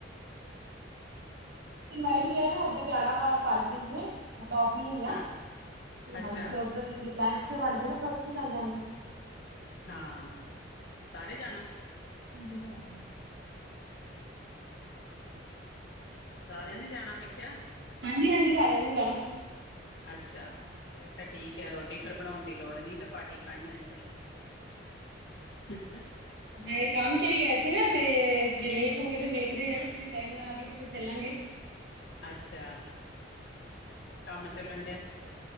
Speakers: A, on the right (about 65°); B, on the left (about 60°).
A: ਇਨਵਾਈਟ ਵੀ ਆ ਨਾ
B: ਹੋਰ
A: ਉੱਧਰ ਜਾਣਾ ਵਾ ਪਾਲਕੀ ਤੇ। ਮਤਲਬ ਓਪਨਿੰਗ ਆ,
B: ਹਾਂ ਅੱਛਾ
A: ਹਾਂਜੀ ਉਧਰ ਪਲੈਨਸ ਬਣਗੇ ਫ਼ਿਰ ਉੱਥੇ ਤਾਂ ਜਾਂਵਾਂਗੇ।
B: ਹਾਂ, ਸਾਰੇ ਜਾਣਾ।
A: ਹਾਂਜੀ ਸਾਰੇ ਨੇਂ।
B: ਸਾਰਿਆਂ ਨੇ ਜਾਣਾ ਮੈਂ ਖਿਆ।
A: ਹਾਂਜੀ- ਹਾਂਜੀ ਸਾਰਿਆਂ ਨੇ ਜਾਣਾਂ।
B: ਅੱਛਾ, ਫੇਰ ਤਾਂ ਠੀਕ ਐ ਰੋਟੀ ਫੇਰ ਬਣਾਉਣ ਦੀ ਲੋੜ ਨੀ ਤਾਂ ਪਾਰਟੀ ਖਾਣੀ ਅੱਜ <unintelligible>
A: ਇਹ ਕੰਮ ਤੇ ਗਏ ਸੀ ਨਾ ਤੇ ਜੇ ਲੇਟ ਹੋ ਗਏ ਤੇ ਵੇਖਦੇ ਆ, ਜੇ ਟਾਇਮ ਨਾ ਆਗੇ ਤੇ ਫੇਰ ਚੱਲਾਂਗੇ।
B: ਅੱਛਾ, ਕੰਮ ਚੱਲਣ ਡਿਆ।